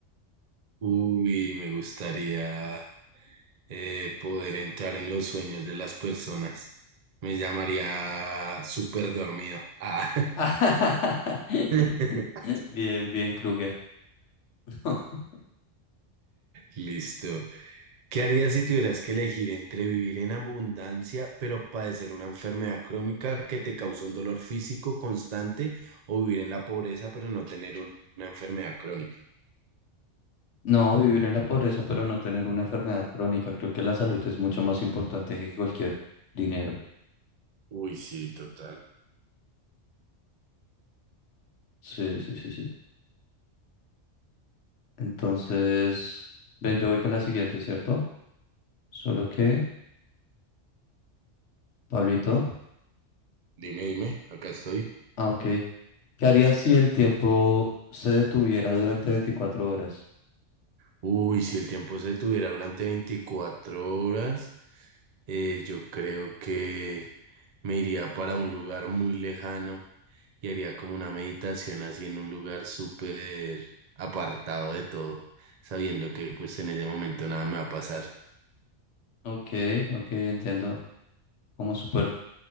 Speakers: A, on the right; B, on the left.
A: Uy, me gustaría eh, poder entrar en los sueños de las personas. Me llamaría súper dormido. Ah.
B: <laughs>
A: <laughs>
B: Bien, bien, Kruger. <laughs>
A: Listo. ¿Qué harías si tuvieras que elegir entre vivir en abundancia, pero padecer una enfermedad crónica que te causa un dolor físico constante, o vivir en la pobreza, pero no tener un- una enfermedad crónica?
B: No, vivir en la pobreza, pero no tener una enfermedad crónica. Creo que la salud es mucho más importante que cualquier dinero.
A: Uy, sí, total.
B: Sí, sí, sí, sí. Entonces, ven, yo voy con la siguiente, ¿cierto? Solo que, Pablito.
A: Dime, dime, acá estoy.
B: Ah, ok. ¿Qué harías si el tiempo se detuviera durante 24 horas?
A: Uy, si el tiempo se detuviera durante 24 horas, eh, yo creo que me iría para un lugar muy lejano y haría como una meditación así en un lugar súper apartado de todo, sabiendo que pues en ese momento nada me va a pasar.
B: Ok, ok, entiendo. Como súper